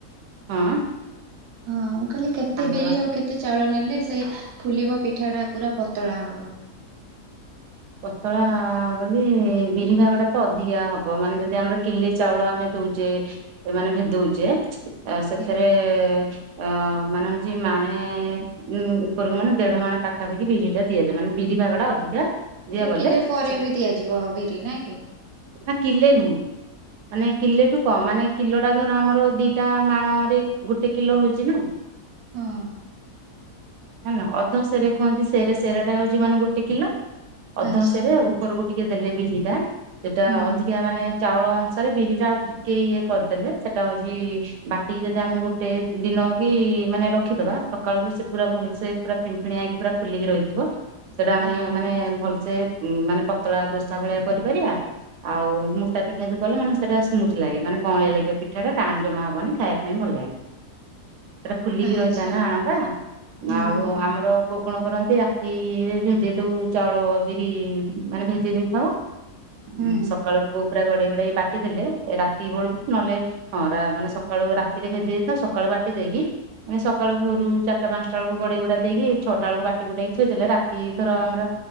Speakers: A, on the right; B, on the right.
A: ହଁ।
B: ହଁ ମୁଁ କହିଲି କେତେ
A: ଆମର
B: ବିରି ଆଉ କେ କି ଚାଉଳ ନେଲେ ସେ ଫୁଲିବ ପିଠାଟା ପୁରା ପତଳା ହବ।
A: ପତଳା ବୋଲି ବିରିଭାଗଟା ତ ଅଧିକା ହବ ମାନେ ଯଦି ଆମର କିଲେ ଚାଉଳ ଆମେ ଦଉଚେ। ଏମାନେ ଭେଦଉଚେ ଆ
B: ଆଜ୍ଞା
A: ସେଥିରେ ଅ ମାନେ ହଉଚି ମାଣେ ଉଁ ଉପରକୁ ମାନେ ଦେଢ ମାନେ ପାଖାପାଖି ବିରି ଟା ଦିଆଯାଏ ମାନେ ବିରି ଭାଗଟା ଅଧିକା ଦିଆଗଲେ
B: ଆଛା କିଲେ ପରେବି
A: ସେ
B: ଦିଆଯିବ ବିରି ନା କି।
A: ନା କିିଲେ ନୁହେଁ। ମାନେ କିଲେଠୁ କମ୍ ମାନେ କିଲୋଟା ଧର ଆମର ଦିଟା ମାଣ ରେ ଗୋଟେ କିଲୋ ହଉଚି ନା।
B: ହଁ।
A: ଜାଣିନ ଅଧ ସେରେ କୁହନ୍ତି ସେରେ ସେରା ଟା ହଉଚି ମାନେ ଗୋଟେ କିଲ ଅଧସରେ
B: ଆଚ୍ଛା
A: ଉପରକୁ ଟିକେ ଦେଲେ ବିିରି ଟା ସେଟା
B: ହୁଁ
A: ଅଧିକା ମାନେ ଚାଉଳ ଅନୁସାରେ ବିରି ଟା ଆଉ ଟିକେ ଇଏ କରିଦେଲେ ସେଟା ହଉଚି ବାଟିକି ଯଦି ଆମେ ଗୋଟେ ଦିନ କି ମାନେ ରଖିଦବା ସକାଳୁ ବି ସେ ପୁରା ଭଲସେ ପୁରା ଫେଣି ଫେଣିଆ ହେଇକି ପୁରା ଫୁଲିକି ରହିଥିବ ସେଟା ଆମେ
B: ଆଜ୍ଞା
A: ନେ ଭଲସେ ମାନେ ପତଳା ଦୋସା ଭଳିଆ କରିପାରିବା ଆଉ ମୁଟା ପିଠା ବି କଲେ ମାନେ ସେଟା ସ୍ମୁଥ୍ ଲାଗେ ମାନେ କଅଳିଆ ଲାଗେ ପିଠାଟା ଟାଣେ ଜମା ହବନି ଖାଇବା ପାଇଁ ଭଲ ଲାଗେ।
B: <inaudible>
A: ସେଟା ଫୁଲିକି
B: ଆଚ୍ଛା
A: ରହିଥାଏ ନା ଆଣଟା
B: ହୁଁ
A: ଆଉ ଆମର ଗୋ କଣ କରନ୍ତି ରାତିରେ ଭେଦେଇଦଉ ଚାଉଳ ବିରି ମାନେ ଭେଦେଇ ଦେଇଥାଉ
B: ହୁଁ
A: ଉ ସକାଳକୁ ବୋଉ ପୁରା ଗଡ଼େଇ ଗୁଡ଼ାଇ ବାଟିଦେଲେ ରାତି ବେଳକୁ ନହେଲେ ହଁ ରା ମାନେ ସକାଳୁ ରାତିରେ ଭେଦେଇ ଦେଇଥାଉ ସକାଳୁ ବାଟି ଦେଇକି ମାନେ ସକାଳୁ ଭୋରୁ ଚାରିଟା ପାଞ୍ଚଟା ବେଳକୁ ଗଡ଼େଇ ଗୁଡ଼ା ଦେଇକି ଛଅଟା ବେଳକୁ ବାଟି ବୁଟାକି ଥୋଇ ଦେଲେ ରାତି ଧର ଆମର